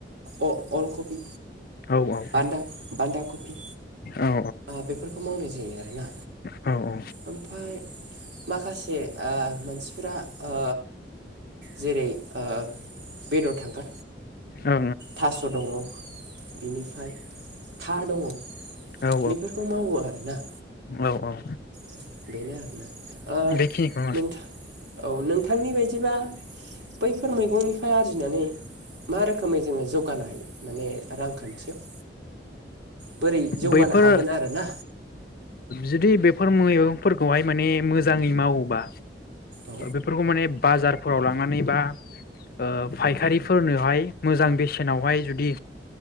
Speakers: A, on the right; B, on the left.
A: ओ अ-अलखपि
B: औ औ
A: बान्दा बान्दा कबि
B: औ
A: बेफोरखौ मावनाय जायो आरोना
B: ओं ओं ओं
A: ओमफ्राय माखासे ओ मानसिफ्रा ओ जेरै ओ बेदर थांग्रा
B: ओं
A: थास' दङ बिनिफ्राय था दङ
B: औ
A: बेफोरखौ मावो आरो <inaudible>
B: औ औ
A: ओ बेनो आरोना ओ
B: बेखिनिखौ
A: नोंथां औ नोंथांनि बायदिबा बैफोर मैगंनिफ्राय आरजिनानै मा रोखोमै जोङो जौगानो हायो माने रांखान्थियाव बोरै जौगानो
B: बैफोर
A: हागोन आरोना
B: जुदि बेफोर मैगंफोरखौहाय माने मोजाङै मावोबा
A: औ
B: बेफोरखौ माने बाजारफोराव लांनानै बा ओ फायखारिफोरनोहाय मोजां बेसेनावहाय जुदि